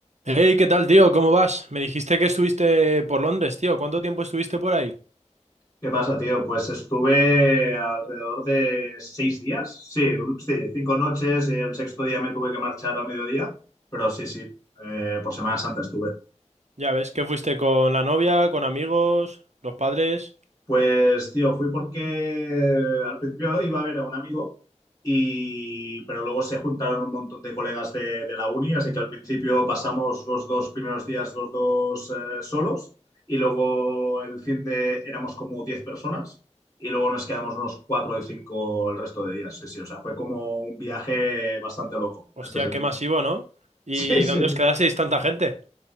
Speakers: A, on the right (about 70°); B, on the left (about 30°).
A: Hey, ¿qué tal, tío? ¿Cómo vas? Me dijiste que estuviste por Londres, tío. ¿Cuánto tiempo estuviste por ahí?
B: ¿Qué pasa, tío? Pues estuve alrededor de seis días, sí, un- sí, cinco noches y el sexto día me tuve que marchar a mediodía, pero sí, sí, eh, por Semana Santa estuve.
A: Ya ves, que fuiste con la novia, con amigos, los padres.
B: Pues, tío, fui porque al principio iba a ver a un amigo, y, pero luego se juntaron un montón de colegas de, de la uni, así que al principio pasamos los dos primeros días los dos eh, solos y luego el fin de éramos como 10 personas y luego nos quedamos unos 4 de 5 el resto de días. Sí, sí, o sea, fue como un viaje bastante loco
A: Hostia,
B: en este sentido.
A: qué masivo,
B: <laughs>
A: ¿no? ¿Y
B: Sí, sí,
A: dónde
B: sí.
A: os quedasteis tanta gente?